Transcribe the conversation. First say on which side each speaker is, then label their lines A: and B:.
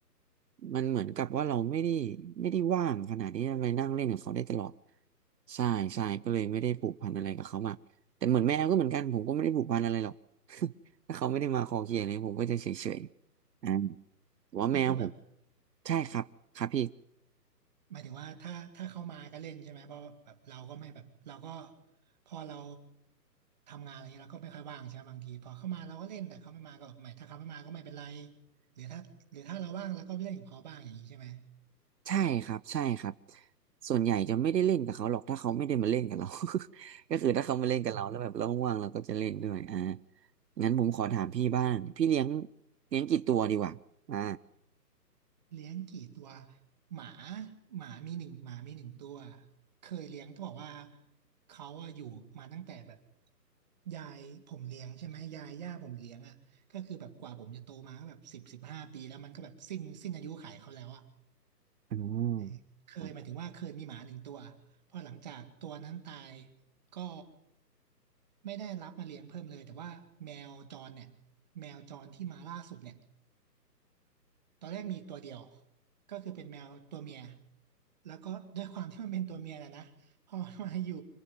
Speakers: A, on the right (about 75°); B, on the right (about 25°).
A: มันเหมือนกับว่าเราไม่ได้ไม่ได้ว่างขนาดที่จะไปนั่งเล่นกับเขาได้ตลอดใช่ใช่ก็เลยไม่ได้ผูกพันอะไรกับเขามากแต่เหมือนแมวก็เหมือนกันผมก็ไม่ได้ผูกพันอะไรหรอก <laughs> ถ้าเขาไม่ได้มาคอเคลียร์เลยผมก็จะเฉยๆอ่าแต่ว่าแมวผม
B: ก็คือแบบ
A: ใช่ครับครับพี่
B: หมายถึงว่าถ้าถ้าเขามาก็เล่นใช่ไหมเพราะแบบเราก็ไม่แบบเราก็พอเราทำงานอะไรเงี้ยเราก็ไม่ค่อยว่างใช่ไหมบางทีพอเข้ามาเราก็เล่นแต่เขาไม่มาก็หมายถ้าเขาไม่มาก็ไม่เป็นไรหรือถ้าหรือถ้าเราว่างเราก็ไปเล่นกับเขาบ้างอย่างนี้ใช่ไหม
A: ใช่ครับใช่ครับส่วนใหญ่จะไม่ได้เล่นกับเขาหรอกถ้าเขาไม่ได้มาเล่นกับเรา <laughs> ก็คือถ้าเขามาเล่นกับเราแล้วแบบเราว่างๆเราก็จะเล่นด้วยอ่างั้นผมขอถามพี่บ้างพี่เลี้ยงเลี้ยงกี่ตัวดีกว่าอ่า
B: เลี้ยงกี่ตัวหมาหมามีหนึ่งหมามีหนึ่งตัวเคยเลี้ยงต้บอกว่าเขาอะอยู่มาตั้งแต่แบบยายผมเลี้ยงใช่ไหมยายย่าผมเลี้ยงอ่ะก็คือแบบกว่าผมจะโตมาก็แบบสิบสิบห้าปีแล้วมันก็แบบสิ้นสิ้นอายุขัยเขาแล้วอะ
A: อ๋อครับ
B: เออเคยหมายถึงว่าเคยมีหมาหนึ่งตัวพอหลังจากตัวนั้นตายก็ไม่ได้รับมาเลี้ยงเพิ่มเลยแต่ว่าแมวจรเนี่ยแมวจรที่มาล่าสุดเนี่ยตอนแรกมีตัวเดียวก็คือเป็นแมวตัวเมียแล้วก็ด้วยความที่มันเป็นตัวเมียนะนะพอมันมาอยู่